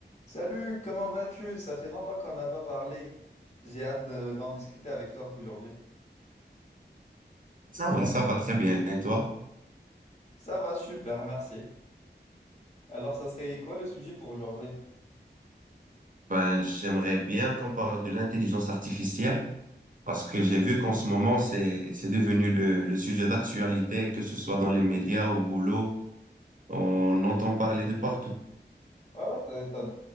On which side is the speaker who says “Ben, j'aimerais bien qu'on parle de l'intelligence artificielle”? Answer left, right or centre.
Right